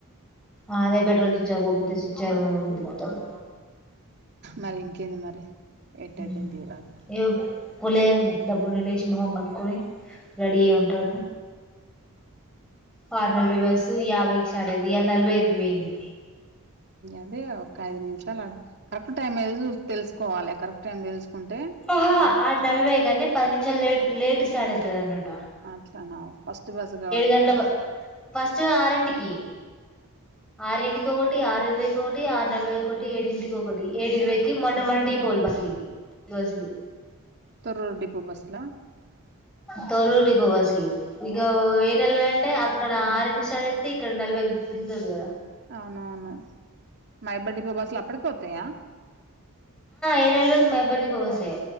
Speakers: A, in the centre; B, on the right.
A: అదే పెట్రోల్ చిచాకి పోపిత్తే, చిచా రోజు దింపుతడు.
B: మరి ఇంకేంది మరి ఎట్టయితే
A: ఊ
B: తీరాదు
A: ఎవుకో పూలె అయింది ధాబునా లేసి మొఖం కడుక్కొని రెడీ అయి ఉంటాను ఫార్నల్ యుస్ యాభై సడేది ఇ నలభై ఐదుకి పోయింది
B: అదే ఒక ఐదు నిమిషాలు కరెక్ట్ టైం ఏదు తెలుసుకోవాలి కరెక్ట్ టైం తెలుసుకో కొంటె
A: ఆహా
B: అదం
A: ఆరు నలభై కానీ పది నిమిషాలు లేట్ స్టార్ట్ అవుతుది అంట
B: అట్లా నావు ఫస్ట్ బాస్ కాబట్టి
A: గంటల
B: మంచి
A: ఫస్ట్ ఆరంటికి ఆరింటికి ఒకటి ఆరు ఇరవై ఒకటి ఆరు నలభై ఒకటి ఏడింటికి ఒకటి ఏడు ఇరవైకి మొ మన డీపోవల్ బస్ బస్సులు
B: తొర్రూరు డిపో బస్సులా
A: తొరురు డిపో బస్లు ఇ ఏనల్వే అంటే అ ఇక్కడ ఆరింటికి స్టార్ట్ అయితే ఇక్కడ నలభై దిగుతుది కదా
B: అవునవును మైబాద్ డిపో బస్సులు అప్పటికే వత్తాయా
A: ఈ నెల నుండి మైబాద్ డిపో బస్సు